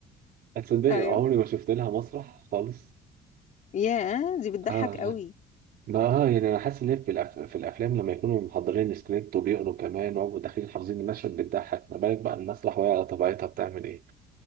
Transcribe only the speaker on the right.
هتصدقي
عمري ما شفت لها مسرح خالص
اه والله
ما اه يعني انا حاسس ان هي في الأف... في الافلام لما يكونوا محضرين السكريبت وبيقروا كمان ويبقوا داخلين حافظين المشهد بتضحك ما بالك بقى المسرح وهي على طبيعتها بتعمل ايه